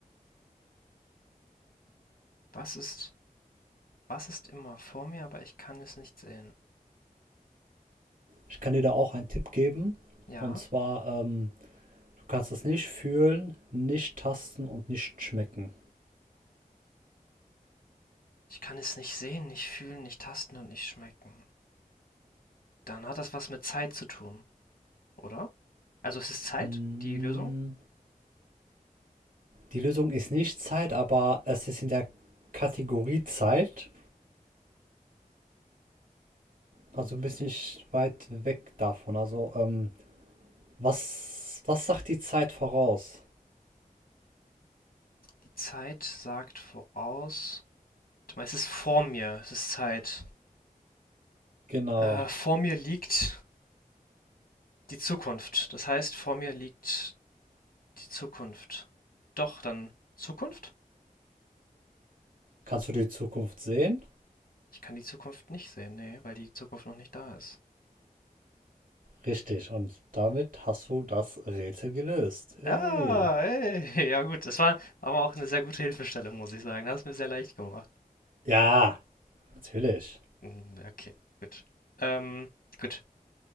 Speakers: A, on the left; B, on the right.
A: Was ist, was ist immer vor mir, aber ich kann es nicht sehen?
B: Ich kann dir da auch einen Tipp geben.
A: Ja.
B: Und zwar, ähm, du kannst es nicht fühlen, nicht tasten und nicht schmecken.
A: Ich kann es nicht sehen, nicht fühlen, nicht tasten und nicht schmecken. Dann hat das was mit Zeit zu tun, oder? Also es ist Zeit,
B: Hm.
A: die Lösung?
B: Die Lösung ist nicht Zeit, aber es ist in der Kategorie Zeit. Also du bist nicht weit weg davon. Also, ähm, was, was sagt die Zeit voraus?
A: Die Zeit sagt voraus. Warte Es ist vor mir, es ist Zeit.
B: Genau.
A: Äh, vor mir liegt die Zukunft. Das heißt, vor mir liegt die Zukunft. Doch, dann Zukunft?
B: Kannst du die Zukunft sehen?
A: Ich kann die Zukunft nicht sehen, nee, weil die Zukunft noch nicht da ist.
B: Richtig. Und damit hast du das Rätsel gelöst. Hey.
A: Ah, ey, ja gut, das war aber auch eine sehr gute Hilfestellung, muss ich sagen. Das hat es mir sehr leicht gemacht.
B: Ja, natürlich.
A: Mm, Okay, gut. Ähm, gut.